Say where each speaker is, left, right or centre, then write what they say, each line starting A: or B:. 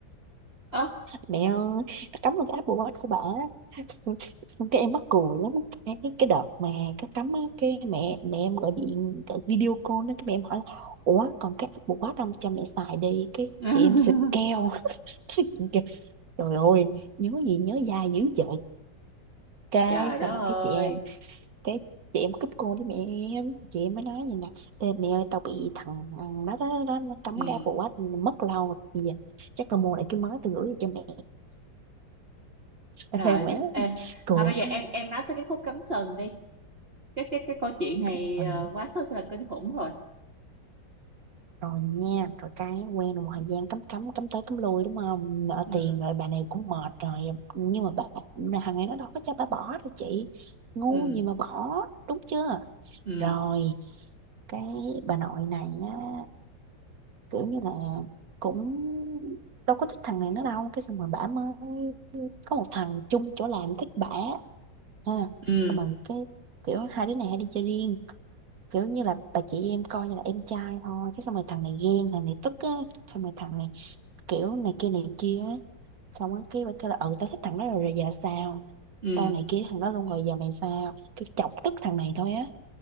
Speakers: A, on the right; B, on the right.
A: ớ
B: mẹ ơi nó cắm vào cái Apple Watch của bà á. xong xong cái em mắc cười lắm cái cái cái đợt mà nó cấm á, cái mẹ mẹ em gọi điện gọi video call đó cái mẹ em hỏi là ủa còn cái Apple Watch không cho mẹ xài đi cái
A: <laughs>
B: chị em xịt keo <laughs> chị em kêu, trời ơi nhớ gì nhớ dai dữ trời cái
A: trời đất
B: xong rồi
A: ơi
B: cái chị em cái chị em cúp cô với mẹ em chị em mới nói vậy nè Ê, mẹ ơi tao bị thằng đó đó, đó, nó cấm
A: ừ
B: cái Apple Watch mất lâu rồi Bây giờ chắc tao mua lại cái mới tao gửi cho mẹ <laughs>
A: rồi
B: quá
A: ê
B: Cược
A: thôi bây giờ em em nói tới cái khúc cắm sừng đi cái cái cái câu chuyện này
B: cắm sừng
A: ờ, quá sức là kinh khủng rồi
B: rồi nha rồi cái quen được một thời gian cắm cắm cắm tới cắm lui đúng không nợ
A: ừ
B: tiền rồi bà này cũng mệt rồi nhưng mà bà là thằng này nó đâu có cho bà bỏ đâu chị ngu
A: ừ
B: gì mà bỏ đúng chưa
A: ừ
B: rồi cái bà nội này á kiểu như là cũng đâu có thích thằng này nữa đâu cái xong rồi bả mới có một thằng chung chỗ làm thích bả ha
A: ừ
B: xong rồi cái kiểu hai đứa này hay đi chơi riêng kiểu như là bà chị em coi như là em trai thôi cái xong rồi thằng này ghen thằng này tức á xong rồi thằng này kiểu này kia này kia á xong á cái bà kêu là ừ tao thích thằng đó rồi, rồi giờ sao
A: ừ
B: tao này kia thằng đó luôn rồi giờ mày sao kiểu chọc tức thằng này thôi á